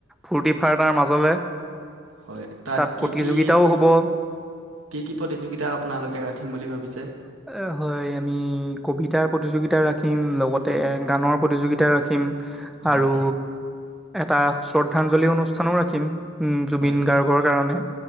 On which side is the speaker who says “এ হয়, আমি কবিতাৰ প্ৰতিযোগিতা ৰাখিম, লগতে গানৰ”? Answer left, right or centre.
Centre